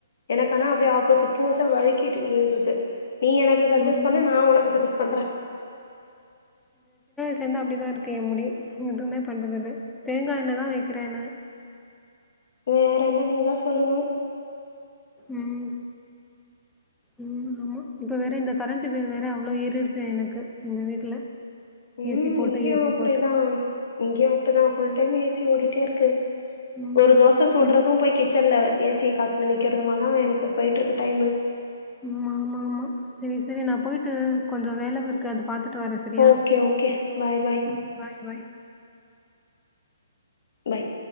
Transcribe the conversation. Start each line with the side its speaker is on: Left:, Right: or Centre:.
Left: எனக்கனா அப்படியே ஆப்போசிட் பூ வச்சா வழுக்கி இருந்தது நீ எனக்கு சஜஸ்ட்
Centre: ம்.
Left: பண்ணு நான் உனக்கு சஜஸ்ட் பண்றே
Centre: சுலர்ந்து அப்டிதா இருக்கு ஏன் முடி எதுமே பண்றது இல்ல. தேங்கா எண்ணதா வைக்கிறே நா
Left: வேற என்ன நீதா சொல்லணு
Centre: ம் ம் ஆமா இப்ப வேற இந்த கரண்ட்டு பில் வேற அவ்ளோ ஏறிருக்கு எனக்கு எங்க வீட்ல
Left: உம்
Centre: ஏசி போட்டு
Left: இங்கேயும்
Centre: ஏசி
Left: அப்டிதான்
Centre: போட்டு.
Left: இங்கேயும் அப்டிதான் புல் டைம் ஏசி ஓடி கிட்டே இருக்கு
Centre: ம்.
Left: ஒரு தோச சுட்றது
Centre: மிட்
Left: போய் கிச்சன்ல ஏ சி காத்துல நிக்கிறதுமாதா எனக்கு போயிட்ருக்கு டைமு
Centre: ம் ஆமா ஆமா செரி செரி நா போயிட்டு கொஞ்ச வேல இரு கடு பாத்துட்டு வரே சரியா
Left: ஓகே ஓகே பாய் பாய்
Centre: ம் பாய் பாய்
Left: பாய்